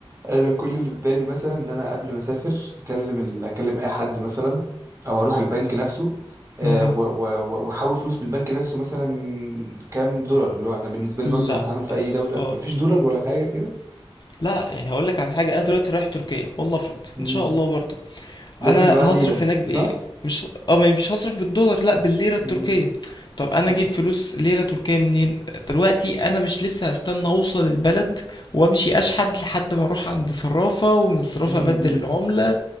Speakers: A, on the right; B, on the left.
A: انا كل اللي في بالي مثلا ان انا قبل ما اسافر اكلم ال... اكلم اي حد مثلا او اروح البنك نفسه آه،
B: مم.
A: و- و- و- واحول فلوس من البنك نفسه مثلا كام دولار اللي هو انا بالنسبه لي
B: لا
A: برضو هتعامل في اي دوله
B: اه
A: مفيش دولار ولا حاجه كده
B: لا يعني هقول لك على حاجه انا دلوقتي رايح تركيا والله افرض
A: مم.
B: ان شاء الله برضو
A: لازم
B: انا
A: يبقى معايا
B: هصرف
A: ليره
B: هناك بايه
A: صح
B: مش اه ما مش هصرف بالدولار لا بالليره التركيه
A: مم.
B: طب انا
A: صح
B: اجيب فلوس ليره تركيه منين دلوقتي انا مش لسه هستنى اوصل البلد وامشي اشحد لحد ما اروح عند صرافه ومن الصرافه
A: مم.
B: ابدل
A: مم.
B: العمله